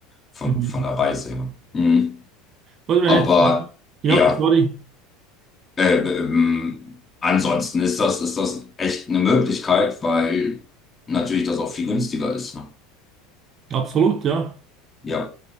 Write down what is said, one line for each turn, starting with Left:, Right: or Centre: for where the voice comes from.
Left: von,
Right: Mhm.
Left: von der Reise her. Mhm.
Right: Oder wenn
Left: Aber
Right: jetzt, ja,
Left: ja.
Right: sorry,
Left: Äh, ähm, ansonsten ist das, ist das echt eine Möglichkeit, weil natürlich das auch viel günstiger ist. Ne?
Right: absolut, ja.
Left: Ja.